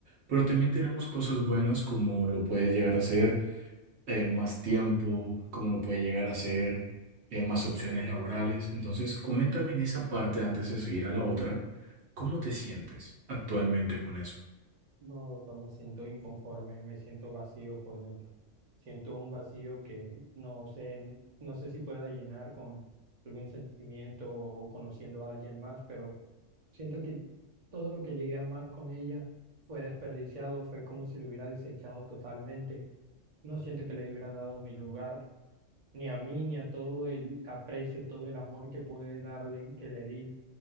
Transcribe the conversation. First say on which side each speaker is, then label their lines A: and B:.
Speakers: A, on the right (about 60°); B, on the right (about 40°).
A: pero también tenemos cosas buenas como lo puede llegar a ser eh, más tiempo, como lo puede llegar a ser eh, más opciones laborales. Entonces, coméntame en esa parte antes de seguir a la otra, ¿cómo te sientes actualmente con eso?
B: No, doctor, me siento inconforme, me siento vacío por dentro. Siento un vacío que no sé, no sé si pueda llenar con algún sentimiento o conociendo a alguien más, pero siento que todo lo que llegué a amar con ella fue desperdiciado, fue como si lo hubiera desechado totalmente. No siento que le hubiera dado mi lugar, ni a mí, ni a todo el aprecio, todo el amor que pude darle, que le di